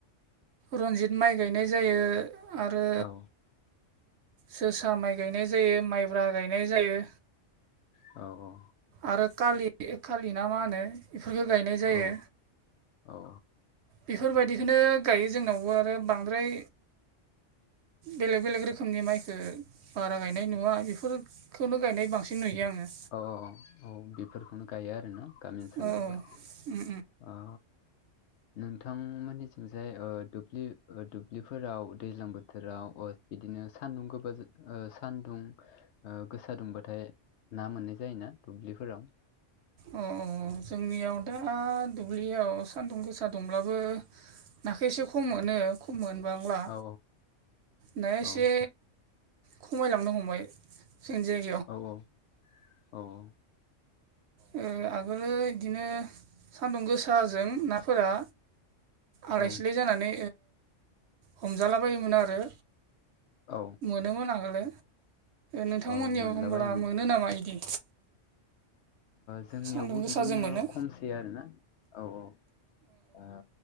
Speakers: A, on the right; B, on the left.
A: रनजित माइ गायनाय जायो आरो
B: औ
A: जोसा माइ गायनाय जायो माइब्रा गायनाय जायो
B: औ औ
A: आरो खालि खालि ना मा होनो बेफोरखो गायनाय जायो
B: औ औ
A: बेफोरबायदिखौनो गायो जोंनावबो आरो बांद्राय बेलेग बेलेग रोखोमनि माइखो बारा गायनाय नुवा बेफोर खौनो गायनाय बांसिन नुयो आङो
B: औ औ औ बेफोरखौनो गायो आरोना गामि ओनसोलाव
A: औ उम
B: दा
A: उम
B: ओ नोंथां मोननिथिंजाय ओ दुब्लि दुब्लिफोराव दैज्लां बोथोराव ओ बिदिनो सान्दुं गोबा सान्दुं गोसा दुंबाथाय ना मोननाय जायोना दुब्लिफोराव?
A: अ जोंनियाव दा दुब्लियाव सान्दुं गोसा दंब्लाबो नाखौ एसे खम मोनो खम मोनबांला
B: औ
A: नाया
B: औ
A: एसे खमायलांनो हमबाय जोंनि जाय
B: औ औ औ औ
A: ओ आगोलो बिदिनो सानदुं गोसाजों नाफोरा आराय
B: औ
A: सिलाय जानानै हमजाला बायोमोन आरो
B: औ
A: मोनोमोन आगोलो नोंथांमोननियाव
B: औ मोनलाबायोमोन
A: होनब्ला मोनो नामा बिदि?
B: जोंनियावबो
A: सान्दुं गोसाजों
B: बिदिनो
A: मोनो
B: खमसै आरोना औ औ